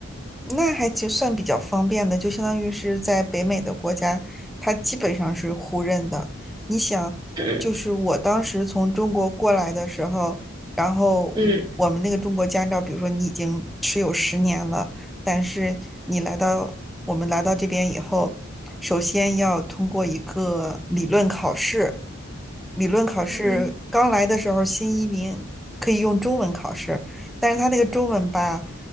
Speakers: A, in the centre; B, on the right (about 20°).
A: 那还其实算比较方便的，就相当于是在北美的国家，它基本上是互认的。你想，
B: 嗯。
A: 就是我当时从中国过来的时候，然后我我们那个中国驾照，
B: 嗯，
A: 比如说你已经持有十年了，但是你来到我们来到这边以后，首先要通过一个理论考试。理论考试刚来的时候，
B: 嗯
A: 新移民可以用中文考试，但是他那个中文吧。